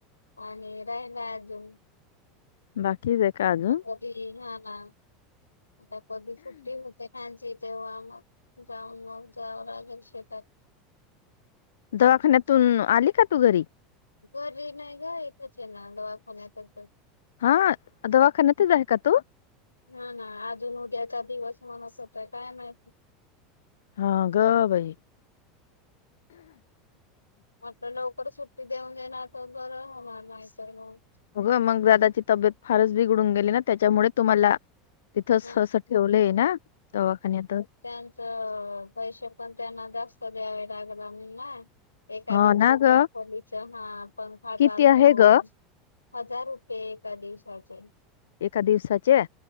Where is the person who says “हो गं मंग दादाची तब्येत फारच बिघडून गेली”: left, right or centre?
Left